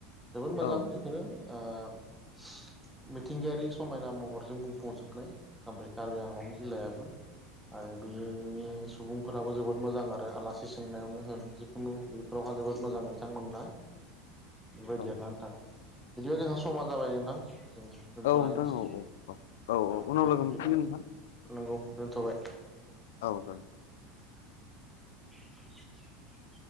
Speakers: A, in the centre; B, on the left.
A: जोबोद मोजां
B: औ
A: बेफोरो ओ मिथिंगायारि समायना महरजों बुंफबजोबनाय ओमफ्राय कार्बि आंलं जिल्लायाबो आरो बेनि सुबुंफोराबो जोबोद मोजां आरो आलासि सोंनायावनो होन जिखुनु फोरावहा जोबोद मोजां बिथांमोना बेबायदि
B: औ
A: आरोना नोंथां बिदिबा जोंहा समा जाबाय नोंथां जों दोनथ'लसै
B: नोंथां औ औ औ
A: औ
B: उनाव
A: दे
B: लोगो
A: बिदिबा
B: मोनफिनगोन नोंथां
A: नंगौ दोनथ'बाय
B: औ
A: <inaudible>